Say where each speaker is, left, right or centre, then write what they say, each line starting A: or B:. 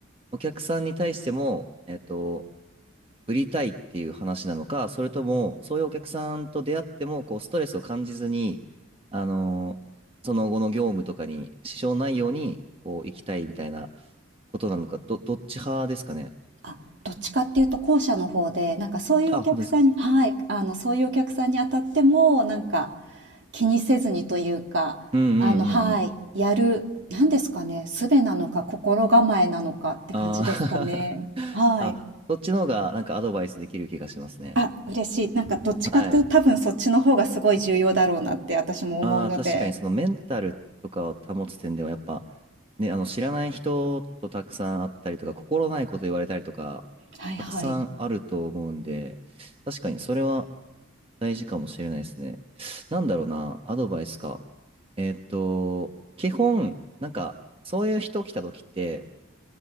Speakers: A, on the right; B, on the right.
A: お客さんに対しても、えっと、売りたいっていう話なのか、それとも、そういうお客さんと出会っても、こう、ストレスを感じずに、あのーその後の業務とかに支障ないように、こう、行きたいみたいなことなのか、ど、どっち派ですかね
B: あ、どっちかっていうと後者の方で、なんかそういうお客さんにはい、
A: あ、本当ですか。
B: あの、そういうお客さんに当たっても、なんか気にせずにというか、
A: うんうんうんうん。
B: あの、はい、やる、なんですかね、術なのか心構えなのかって感じですかね。
A: ああ
B: はい。
A: <laughs> あ、そっちの方がなんかアドバイスできる気がしますね。
B: あ、嬉しい。なんかどっちかっていうと多分そっちの方がすごい重要だろうなって私も思うので。
A: はい。ああ、確かにそのメンタルとかを保つ点ではやっぱね、あの知らない人とたくさん会ったりとか、心ないこと言われたりとか、
B: はいはい。
A: たくさんあると思うんで、確かにそれは大事かもしれないですね。なんだろうな、アドバイスか。えーっと、基本、なんかそういう人来た時って、